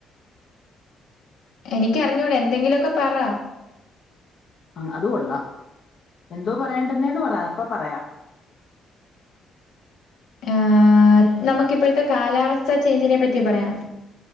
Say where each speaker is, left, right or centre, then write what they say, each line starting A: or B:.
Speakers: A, on the left; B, on the left.
A: എനിക്കറിഞ്ഞൂട എന്തെങ്കിലുമൊക്കെ പറ
B: ആ അത് കൊള്ളാം എന്തോ പറയണ്ടന്നേന്ന് പറ അപ്പ പറയാം
A: യേ നമുക്ക് ഇപ്പോഴത്തെ കാലാവസ്ഥ അവിടത്തെ ചേച്ചീനെ പറ്റി പറയാം